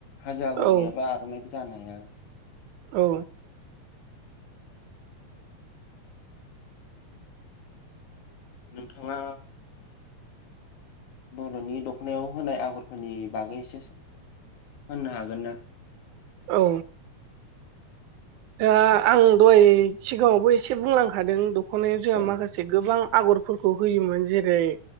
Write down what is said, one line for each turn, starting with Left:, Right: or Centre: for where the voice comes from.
Left: हाजो आगर
Right: औ
Left: गैयाबा आर'नाइबो जानो हाया
Right: औ
Left: नोंथाङा बर'नि दख'नायाव होनाय आगरफोरनि बागै एसे सम होननो हागोन ना?
Right: औ दा आं दहाय सिगाङावबो एसे बुंलांखादों दख'नायाव जोंहा
Left: औ
Right: माखासे गोबां आगरफोरखौ होयोमोन जेरै ओेरै